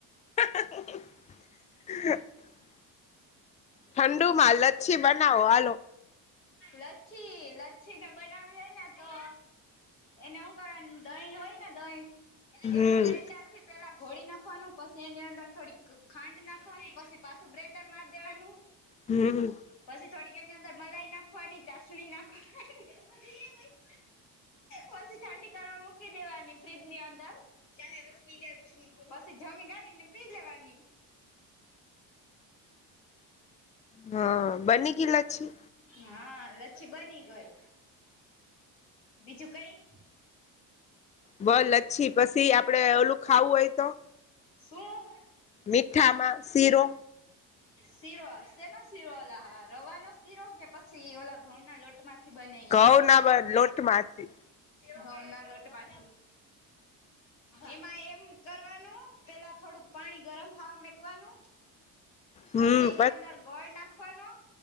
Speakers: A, on the left; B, on the left.
A: હ <inaudible> ઠંડુ માં લચ્છી બનાવો આલો.
B: લચ્છી લચ્છી ને બનાવી હોય ને તો. એને શું કરવા દહીં હોય ને દહીં
A: હમ
B: એને ગ્રેન્ડર થી. પેલા ઘોડી નાખવાનું પછી એની અંદર થોડીક ખાંડ નાખવાની પછી પાછું બ્રેન્ડર મારી દેવાનું.
A: હું હું.
B: પછી થોડી ઘરની અંદર મલાઈ નાખવાની ચાસણી નાખવાની. પછી ઠંડી કરવા મૂકી દેવાની ફ્રીજ ની અંદર. પછી જમી કરીને પી લેવાની.
A: હા બની ગ‌ઇ લચ્છી.
B: હા લચ્છી બની ગઈ બીજું કઈ.
A: બલ લચ્છી પછી આપડે ઓલું ખાવું હોય તો.
B: શું.
A: મીઠામાં શીરો.
B: શીરો શેનો શીરો ઓલા હા રવાનો શીરો કે પછી ઓલા ઘઉં ના લોટ. તમારી થી‌ બને
A: ઘઉં
B: ઇ.
A: ના લોટમાંથી
B: ઘ નાટવા એમાં એમ કરવાનું પેલા થોડુંક પાણી ગરમ થવા મેકવાનું.
A: હમ
B: પછી એની અંદર ગોળ નાખવાનો.